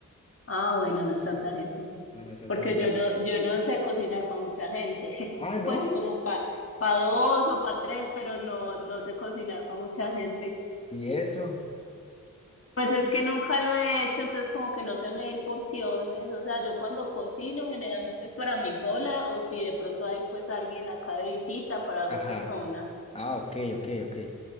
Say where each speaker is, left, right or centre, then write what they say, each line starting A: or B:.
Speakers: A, on the left; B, on the left.
A: Ah, bueno, no es tanta gente.
B: No, no es tanta
A: Porque
B: gente.
A: yo no, yo no sé cocinar para mucha gente.
B: Ah,
A: <laughs>
B: ¿no?
A: Pues como para pa pa dos o para tres, pero no, no sé cocinar para mucha gente.
B: ¿Y eso?
A: Pues es que nunca lo he hecho, entonces como que no sé medir porciones, o sea, yo cuando cocino generalmente es para mí sola o si de pronto hay pues alguien acá de visita para dos
B: Ajá.
A: personas.
B: Ah, ok, ok, ok.